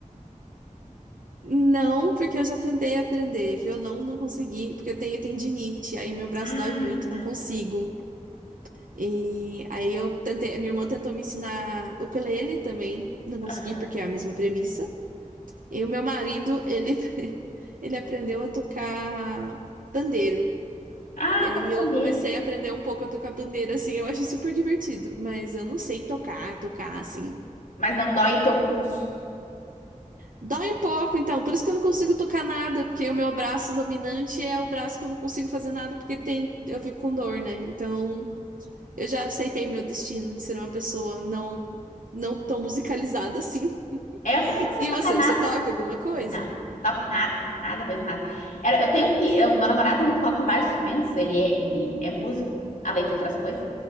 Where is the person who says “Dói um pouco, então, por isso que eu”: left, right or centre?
Right